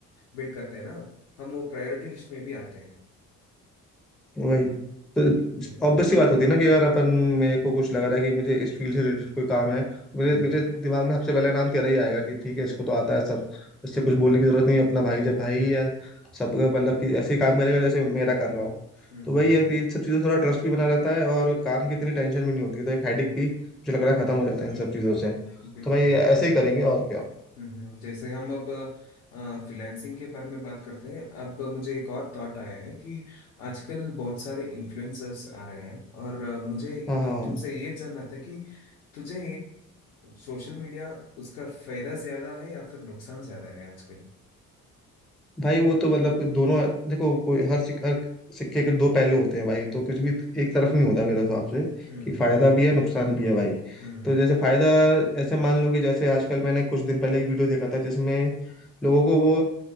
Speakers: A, on the left; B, in the centre.
A: बिल्ड करते हैं ना हम वो प्रायोरिटी लिस्ट में भी आते हैं
B: वही तो
A: बिल्कुल
B: ऑब्वियस सी बात होती है ना कि अगर अपन मेरे को कुछ लग रहा है कि मुझे इस फील्ड से रिलेटेड कोई काम है तो मुझे
A: हम्म
B: मेरे दिमाग में सबसे पहले नाम तेरा ही आएगा कि ठीक है इसको तो आता है सब इससे
A: हम्म
B: कुछ
A: हम्म
B: बोलने की जरूरत नहीं है अपना भाई जब भाई ही है सब मतलब कि ऐसे ही काम करेगा जैसे मेरा कर रहा हूँ
A: हम्म हम्म
B: तो वही
A: हम्म
B: है
A: हम्म,
B: कि इन सब चीज़ों से थोड़ा ट्रस्ट भी बना रहता है और काम की इतनी टेंशन भी नहीं होती तो एक हेडिक भी मुझे लग रहा
A: हम्म,
B: है खत्म
A: हम्म,
B: हो जाता है इन सब चीज़ों से
A: बिल्कुल
B: तो भाई
A: यार
B: ऐसे ही करेंगे और क्या
A: हम्म हम्म, जैसे हम अब फ्रीलांसिंग के बारे में बात करते हैं अब मुझे एक और थॉट आया है कि आजकल बहुत सारे इन्फ्लुएंसर्स आ रहे हैं और अ, मुझे
B: हाँ हाँ
A: अ, तुमसे ये जानना था कि तुझे सोशल मीडिया उसका फायदा ज्यादा है या फिर नुकसान ज्यादा है आजकल
B: भाई वो तो मतलब कुछ दोनों देखो कोई हर सिक, हर सिक्के के दो पहलू होते हैं भाई तो कुछ भी एक तरफ नहीं होता मेरे हिसाब से
A: हम्म
B: कि फायदा
A: हम्म
B: भी है नुकसान भी है भाई
A: हम्म हम्म
B: तो जैसे फायदा ऐसे मान लो कि जैसे आजकल मैंने कुछ दिन पहले एक वीडियो देखा था जिसमें लोगों को वो